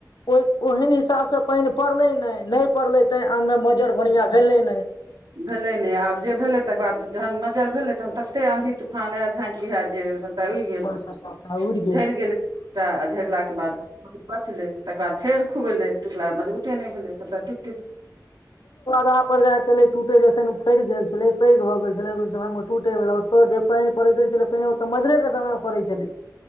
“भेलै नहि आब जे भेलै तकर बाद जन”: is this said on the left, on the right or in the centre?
Right